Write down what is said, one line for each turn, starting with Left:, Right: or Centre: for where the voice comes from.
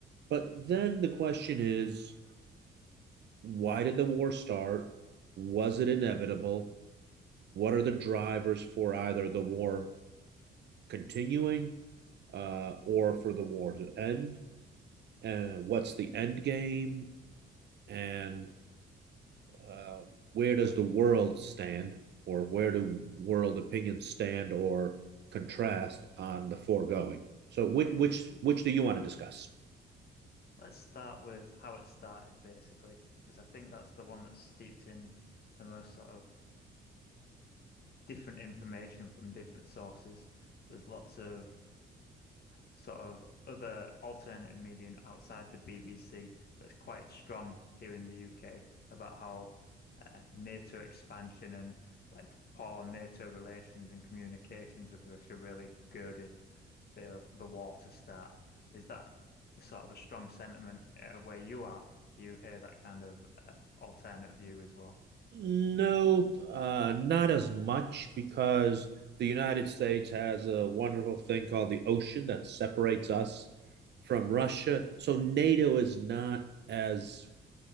Right: But
Left: So
Right: then the question is, why did the war start? Was it inevitable? What are the drivers for either the war continuing uh, or for the war to end? And what's the end game? And uh, where does the world stand, or where do world opinions stand or contrast on the foregoing? So, which which which do you want to discuss?
Left: let's start with how it started, basically, because I think that's the one that's steeped in the most sort of different information from different sources. There's lots of sort of other alternative medium outside the BBC that's quite strong here in the UK about how uh, NATO expansion and like poor NATO relations and communications with Russia really girded the the war to start. Is that sort of a strong sentiment uh, where you are? Do you hear that kind of uh, alternate view as well?
Right: No, uh, not as much because the United States has a wonderful thing called the ocean that separates us from Russia. So NATO is not as